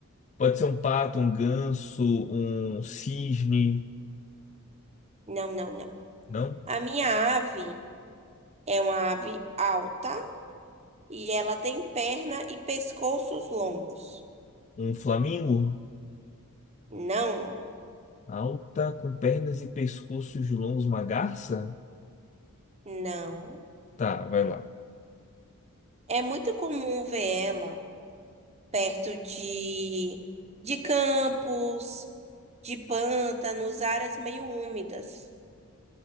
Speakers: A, on the left (about 30°); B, on the right (about 30°).
A: Pode ser um pato, um ganso, um cisne,
B: Não, não, não.
A: não?
B: A minha ave. É uma ave alta e ela tem perna e pescoços longos.
A: Um flamingo?
B: Não,
A: Alta, com pernas e pescoços longos, uma garça?
B: não.
A: Tá, vai lá.
B: É muito comum ver ela perto de, de campos, de pântanos, áreas meio úmidas.